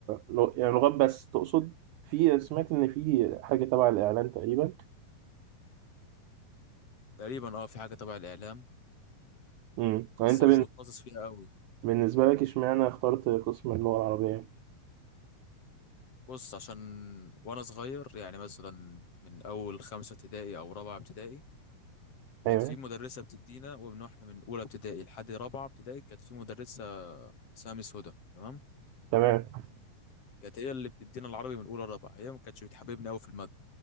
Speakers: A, on the right (about 80°); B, on the left (about 45°).
A: لغ- يعني لغات بس تقصد؟ في سمعت إن في حاجة تبع الإعلان تقريبا
B: تقريبا اه في حاجة تبع الاعلام
A: مم. يعني
B: بس
A: أنت
B: مش متخصص فيها قوي
A: بالنسبة لك اشمعنى اخترت قسم اللغة العربية؟
B: بص عشان وانا صغير يعني مثلا من اول خمسة ابتدائي او رابعة ابتدائي
A: ايوه
B: كانت في مدرسة بتدينا ومن واحنا من اولى ابتدائي لحد رابعة ابتدائي كانت في مدرسة اسمها ميس هدى تمام
A: تمام
B: كانت هي اللي بتدينا العربي من اولى لرابعة هي ما كانتش بتحببنا قوي في المادة